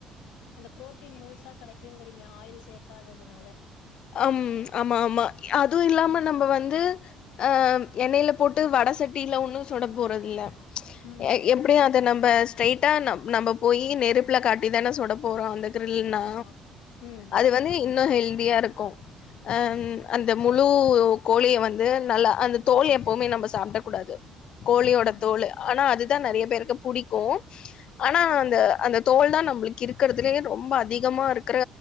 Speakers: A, on the left; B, on the left.
A: அந்த புரோட்டீன் முழுசா கெடைக்குங்கிறிங்க ஆயில் சேக்காததுனால
B: அம் ஆமா ஆமா அதுவு இல்லாம நம்ப வந்து அ எண்ணெய்ல போட்டு வட சட்டில ஒன்னு சுட போறதில்ல
A: ம்.
B: எ எப்டியா து நம்ப ஸ்ட்ரைட்டா நம் நம்ம போயி நெருப்புல காட்டி தான சுடப போறோ அந்த திரில்லுனா
A: ஆமா. ம்.
B: அது வந்து இன்னு ஹெல்தியா இருக்கு அ அந்த முழு கோழிய வந்து நல்லா அந்த தோல் வந்து எப்போமே நம்ம சாப்ட கூடாது கோழியோட
A: ம்.
B: தோல் ஆனா அதுதா நெறைய பேருக்கு புடிக்கு ஆனா அந்த அந்த தோல் தா நம்ளுக்கு இருக்கிறதுலயே ரொம்ப அதிகமா இருக்கற